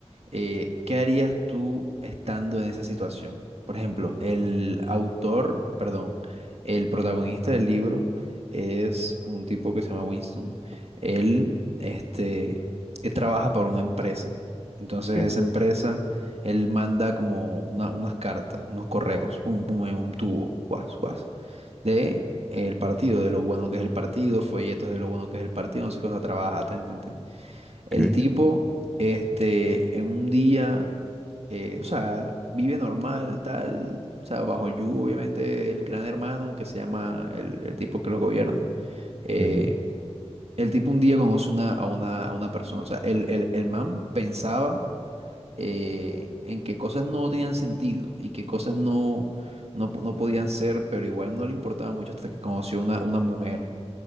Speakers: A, on the right (about 65°); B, in the centre.
A: eh, qué harías tú estando en esa situación. Por ejemplo, el autor, perdón, el protagonista del libro es un tipo que se llama Winston. Él, este, él trabaja para una empresa. Entonces
B: Ya,
A: esa empresa, él manda como una- unas cartas, unos correos, pum, pum, en un tubo, guas, guas de el partido, de lo bueno que es el partido, folletos de lo bueno que es el partido, no sé qué cosa trabaja, ten, ten, ten. El
B: ok.
A: tipo, este, en un día, eh, o sea, vive normal, tal, o sea, bajo el yugo, obviamente, el gran hermano que se llama el, el tipo que los gobierna. eh,
B: Ujú.
A: el tipo un día conoce una, a, una, a una persona, o sea, el, el, el man pensaba eh, en que cosas no tenían sentido y que cosas no, no, po- no podían ser, pero igual no le importaba mucho hasta que conoció una, una mujer